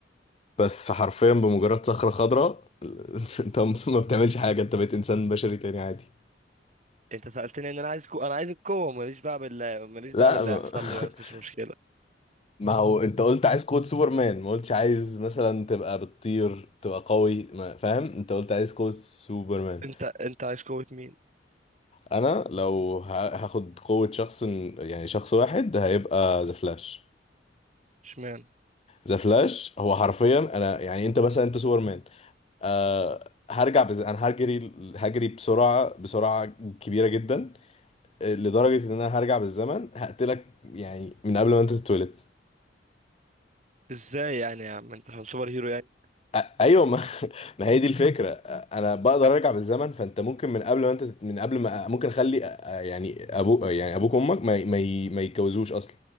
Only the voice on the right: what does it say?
انت سالتني ان انا عايز كو... انا عايز القوه ماليش بقى بالله ماليش دعوه
باللي
هيحصل لي بقى مفيش
مشكله
انت انت عايز قوه مين
اشمعنى
ازاي يعني يا عم انت عشان سوبر هيرو يعني